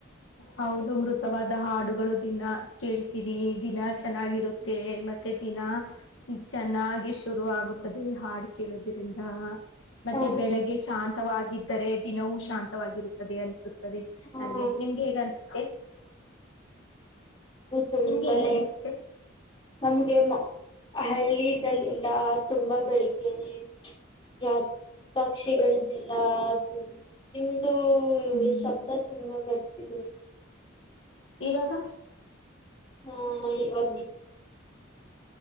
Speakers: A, on the left; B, on the left.
A: ಹೌದು ಮೃತವಾದ ಹಾಡುಗಳು ದಿನ ಕೇಳ್ತೀನಿ ದಿನ ಚೆನ್ನಾಗಿರುತ್ತೆ ಮತ್ತೆ ದಿನಾ ಚೆನ್ನಾಗಿ ಶುರು ಆಗುತ್ತದೆ ಹಾಡು ಕೇಳೋುದ್ರಿಂದ ಮತ್ತೆ
B: ಹ
A: ಬೆಳಗ್ಗೆ ಶಾಂತಿ ಮಿತವಾಗಿದ್ದರೆ ದಿನವೂ ಶಾಂತವಾಗಿರುತ್ತದೆ ಅನ್ಸುತ್ತೆ ತ್ತದೇ
B: ಹಾ
A: ಹಾಗೆ ಹೇಗ ಅನ್ಸುತ್ತೆ
B: ತುಂಬಾನೇ
A: ನಿಮ್ಗೆ ಹೇಗೆ ಅನ್ಸುತ್ತೆ
B: ನಮ್ಗೆ ಹಳ್ಳಿ ಇದಲ್ಲಿ ಎಲ್ಲ ತುಂಬಾ ಬೆಳಿಗ್ಗೆನೆ ಪ್ರಾ ಪಕ್ಷಿಗಳದೆಲ್ಲ ಅದು ಹುಂ ದು
A: ಹ್ಮ್
B: ದು ಶಬ್ದ ತುಂಬರ್ತಿದೆ
A: ಈವಾಗ
B: ಹಾ ಈಗ ಬನ್ನಿ